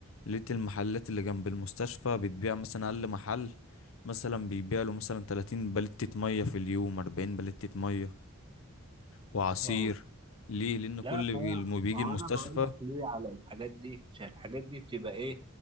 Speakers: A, on the left; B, on the right.
A: لقيت المحلات اللي جنب المستشفى بتبيع مثلا أقل محل مثلا بيبيع له مثلا 30 بلتة مية في اليوم 40 بلتة مية وعصير
B: اه
A: ليه؟ لأن كل
B: لا ما
A: بي-
B: هي-
A: اللي بيجي
B: ما
A: المستشفى
B: هو انا بقول لك ليه على الحاجات دي عشان الحاجات دي بتبقى ايه